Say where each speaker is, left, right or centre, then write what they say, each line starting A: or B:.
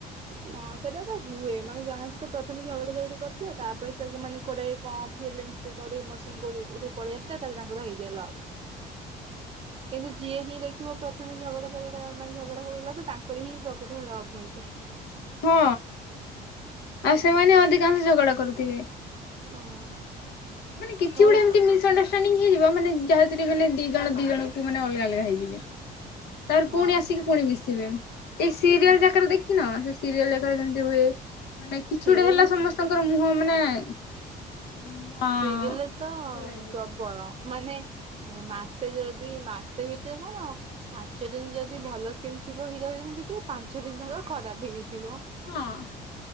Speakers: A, on the right; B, on the left.
A: ହଁ ସେଟା ତ ହୁଏ ମାନେ ଜଣେତ ପ୍ରଥମେ ଝଗଡା ଝଗଡି କରୁଥିବ ତାପରେ ସେ ମାନେ କୋରେଇ ଙ୍କ ଫିଲୀଙ୍ଗଷ୍ ସେ କଡି ମସୁମ୍ ଗୋଲ ହେଇଥିବ ଉଧେ ପଳେଇ ଆସଚେ ତାହେଲେ ତାଙ୍କର ହେଇଯାଏ ଲଭ।
B: <inaudible>
A: କିନ୍ତୁ ଯିଏ ହିଁ ଦେଖିବ ପ୍ରଥମେ ଝଗଡାଝଗଡା ମାନେ ଝଗଡା ଫଗଡା କିନ୍ତୁ ତାଙ୍କର ହିଁ ପ୍ରକୃତ ହିଁ ଲଭ ହେଇଥାଏ।
B: ହଁ
A: ହଁ
B: ଆଉ ସେମାନେ ଅଧିକାଂଶ ଝଗଡା କରୁଥିବେ।
A: ହଁ।
B: ମାନେ କିଛି
A: ବାସ୍
B: ଗୋଟେ ଏମତି ମିଶ ଅଣ୍ଡରଷ୍ ଷ୍ଟାଣ୍ଡିଙ୍ଗ ହେଇଯିବ ମାନ ଯାହାଥିରେ ମାନ ଦି ଜଣ ଦି ଜଣଙ୍କୁ ମାନେ ଅଲଗା ଅଲଗା ହେଇଯିବେ। ତାପରେ
A: ହଁ
B: ପୁଣି ଆସିକି ପୁଣି ମିଶିବେ ଏଇ ସିରିଏଲ
A: ହଁ
B: ଯାକାରେ ଦେଖିନ ସେ ସିରିଏଲ ରାକରେ ଯେମିତି ହୁଏ ମାନେ କିଛି
A: ସିରିଏଲ
B: ଗୋଟେ ହେଲା ସମସ୍ତଙ୍କର ମୁହଁ ମାନେ ମୁହଁ
A: ସିରିଏଲ ତ
B: ଖୋଲା ହେଇଯିବ
A: ପ୍ରବଳ ମାନେ ମାସ ସେ ଯଦି ମାସେ ଭିତରେ କଣ ପାଞ୍ଚ ଦିନ ଯଦି ଭଲ ସିନ ଥିବ ହିରୋ ହିରୋଇନ ଭିତରେ ପାଞ୍ଚ ଦିନ ଯାଙ୍କ ଖରାପ ହେଇଯାଇଥିବ।
B: ହଁ